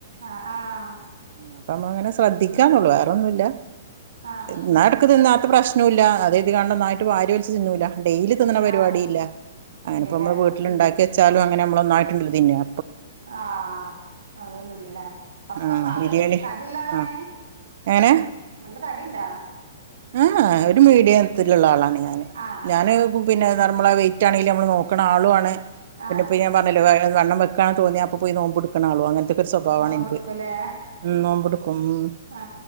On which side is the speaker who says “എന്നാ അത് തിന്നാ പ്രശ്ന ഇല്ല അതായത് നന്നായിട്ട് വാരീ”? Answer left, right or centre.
Right